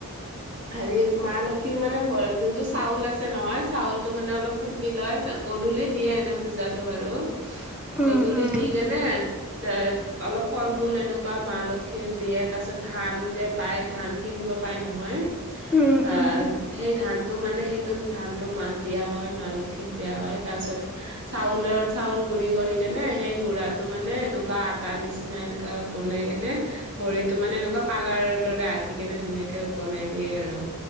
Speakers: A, on the right; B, in the centre.
A: হেৰি মা লক্ষীৰ মানে ভ যোনটো চাউল আছে নহয় চাউলতটো মানে অলপ খুন্দি লয়। গধূলি দিয়ে এনে পূজাতটো বাৰু
B: উম
A: গধূলি
B: উম
A: দি কেনে এ অলপ ফল মূল এনেকুৱা মা লক্ষি দিয়ে তাৰ পিছত ধান যে পাই ধান কিনিব পাই নহয়
B: উম
A: আহ
B: উম
A: সেই ধানটো মানে সেইটো ধানটো মাক দিয়া হয় মা লক্ষীক দিয়া হয় তাৰপিছত চাউলৰ চাউল গুৰি কৰি কেনে সেই গুড়টো মানে এনেকুৱা আটাৰ নিচিনা এনেককা বনাই কেনে খৰিতটো মানে এনেকুৱা কালাৰ দৰে আঁকি কেনে ধুনীয়াকে বনাই দি দিয়ে আৰু